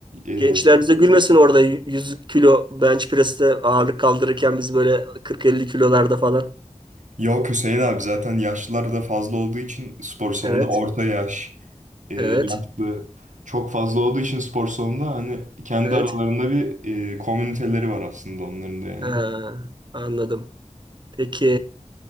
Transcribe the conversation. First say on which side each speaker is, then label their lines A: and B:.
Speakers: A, on the right (about 85°); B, on the right (about 40°).
A: E,
B: Gençler bize gülmesin orada 100 kilo bench press'te ağırlık kaldırırken biz böyle kırk elli kilolarda falan.
A: yok Hüseyin abi zaten yaşlılar da fazla olduğu için spor salonunda
B: Evet,
A: orta yaş. e, yaşlı
B: evet,
A: çok fazla olduğu için spor salonunda hani kendi
B: evet.
A: aralarında bir e, komüniteleri var aslında onların da yani.
B: Ha, anladım. Peki